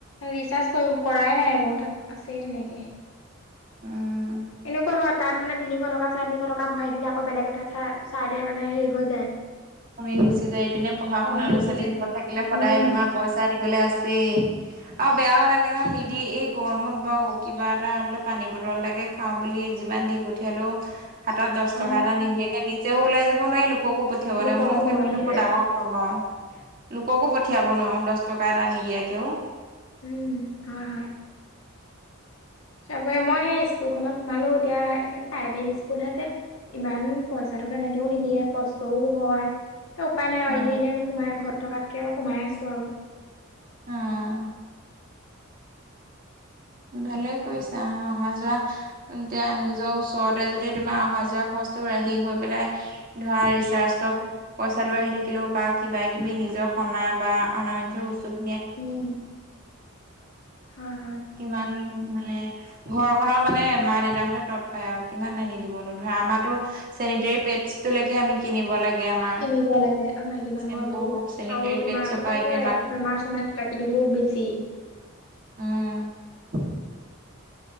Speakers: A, on the left; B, on the right.
A: ৰিচাৰ্জ কৰিম। কৰাই নাই মই তাক, আছেই তেনেকৈ।
B: উম্।
A: এনেকুৱা হয় তাত মানে তিনিশ টকা চাৰে তিনিশ টকা ভৰাই দিলে আকৌ বেলেগ এটা চাই চাইডে মানে, হেৰি হৈ যায়।
B: তুপনি গুচি যাই ইপিনে, পঢ়া
A: কমি
B: শুনা ল'ৰা
A: গুচি
B: ছোৱালী
A: যায়
B: ঘৰত থাকিলে সদায়
A: উম
B: তোমাৰ। পইচা দিবলৈ আছেই। আৰু বেয়াও লাগে নহয় নিদি, এই গৰমত বাৰু কিবা এটা বোলে পানী বটল এটাকে খাওঁ বুলি, যিমান দি পঠিয়ালেও। হাতত দহ
A: অ
B: টকা এটা নিদিয়াকে নিজেও ওলাই যাব নোৱাৰি, লোককো পঠিয়াব
A: লোককো
B: নোৱাৰি, মই
A: নোৱাৰে
B: কিন্তু এইটো
A: সেইটোৱে
B: বৰ ডাঙৰ অ'অ'অ', লোককো পঠিয়াব নোৱাৰোঁ দহ টকা এটা নিদিয়াকে অ',
A: উম্, হয় হয়। তাৰপৰা মই সেই স্কুলখনত সোমালোঁ, এতিয়া প্ৰাইভেট স্কুলহে যে ইমান পইচাটো তেনেকেও নিদিয়ে, কষ্টও হয়, এ উপায় নাই
B: অ
A: এনে এনেই সোমাই ঘৰত থকাতকে সোমাই আছোঁ আৰু।
B: অ', ভালেই কৰিছাঁ, অহা যোৱা এতিয়া নিজৰ ওচ ওচৰতে যদি তোমাৰ অহা যোৱা খৰচটো ৰাহি হৈ পেলাই, ধৰা ৰিচাৰ্জটো পইচাটো আহি থাকিলেও বা কিবা কিবি নিজৰ সনা বা অনাৰঞ্জ বস্তুখিনি
A: উম্, হয় হয়।
B: কিমান মানে। ঘৰখনৰ মানে মা দেউতাহঁতে তৎ পায় আৰু কিমান আনি দিবনো ধৰা আমাৰো। চেনিটাৰী পেডছ্টোলৈকে আমি কিনিব লাগে আমাৰ
A: কিনিব লাগে, মাইকী মানুহৰ
B: চেম্পু
A: এবোৰ
B: চেনিটেৰী
A: আৰু তোমাৰ
B: পেডছৰ
A: পতককে
B: পৰা এতিয়া
A: বেমাৰ চেমাৰ ক বিষ বোৰ বেছি।
B: উম্।